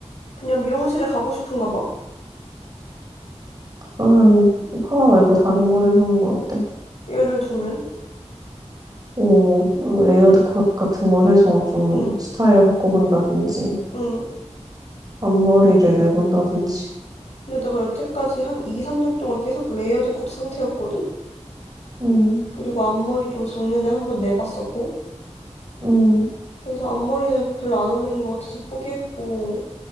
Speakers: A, on the left (about 65°); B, on the right (about 30°).
A: 그냥 미용실에 가고 싶은가 봐.
B: 그러면 파마 말고 다른 걸 해보는 건 어때?
A: 예를 들면,
B: 뭐, 레이어드 컷 같은 걸 해서 좀
A: 응,
B: 스타일을 바꿔본다든지,
A: 응.
B: 앞머리를 내본다든지,
A: 근데 내가 여태까지 한 2, 3년 동안 계속 레이어드 컷 상태였거든?
B: 음,
A: 그리고 앞머리도 작년에 한 번 내봤었고.
B: 음,
A: 그래서 앞머리는 별로 안 어울리는 것 같아서 포기했고,